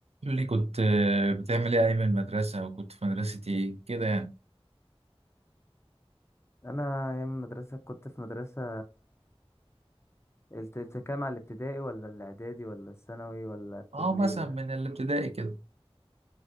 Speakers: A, on the right; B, on the left.
A: قول لي كنت آه، بتعمل ايه ايام المدرسة وكنت في مدرسة ايه كده يعني
B: انا ايام المدرسه كنت في مدرسه الت- التكام على الابتدائي ولا الاعدادي ولا الثانوي ولا الكليه
A: اه مثلا من الابتدائي كده